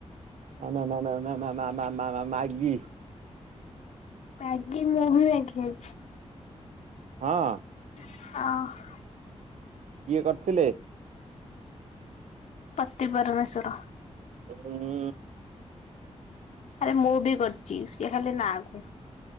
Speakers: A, on the right; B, on the left.
A: ଆ ମା-ମା-ମା-ମା-ମା-ମା-ମାଗି।
B: ମ୍ୟାଗି ମୁଁ ବି ମ୍ୟାଗି ଖାଇଛି।
A: ହଁ?
B: ହଁ।
A: କିଏ କରିଥିଲେ?
B: ପତି ପରମେଶ୍ୱର।
A: ହୁଁ
B: ଆରେ ମୁଁ ବି କରିଛି ସିଏ ଖାଲି ନାଆଁ କୁ।